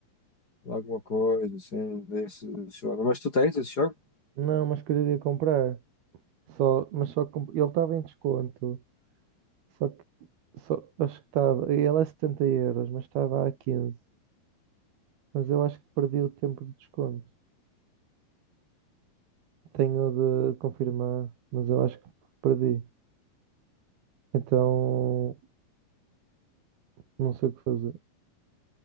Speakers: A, on the left (about 25°); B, on the right (about 80°).
A: de alguma coisa assim desse jogo. Mas tu tens esse jogo?
B: Não, mas queria comprar. Só, mas só comp- ele estava em desconto. Só que Só- acho que estava. E ela é 70 euros, mas estava a quinze Mas eu acho que perdi o tempo de desconto. Tenho de confirmar, mas eu acho que perdi. Então, não sei o que fazer.